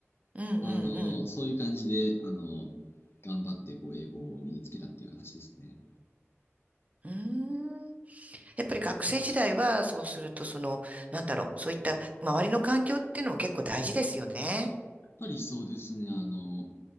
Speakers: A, on the right; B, on the left.
A: うん。
B: あのー、
A: うん。
B: そういう感じで、あのー、頑張ってこう英語を身につけたっていう形ですね。
A: うん。うーんやっぱり学生時代は、そうすると、その、なんだろう、そういった周りの環境っていうのも結構大事ですよね。
B: やっぱりそうですね、あの、